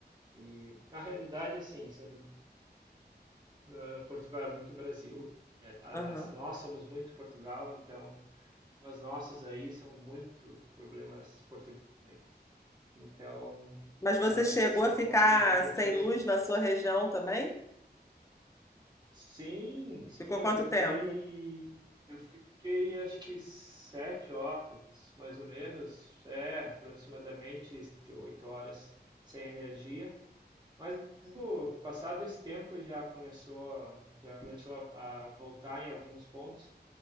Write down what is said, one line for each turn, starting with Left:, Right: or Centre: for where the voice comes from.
Right: E na realidade, assim, sendo uh, Portugal é muito Brasil, e, aliás,
Left: Aham.
Right: nós somos muito Portugal, então os nossos aí são muito problemas portugueses. Então,
Left: Mas você
Right: né,
Left: chegou
Right: só
Left: a ficar
Right: muda um pouquinho
Left: sem luz
Right: a
Left: na sua região também?
Right: Sim, sim,
Left: Ficou
Right: eu
Left: quanto
Right: fiquei.
Left: tempo?
Right: Eu fiquei acho que sete horas, mais ou menos. É, aproximadamente oito horas sem energia. Mas pô, passado esse tempo já começou, a- já começou a, a voltar em alguns pontos.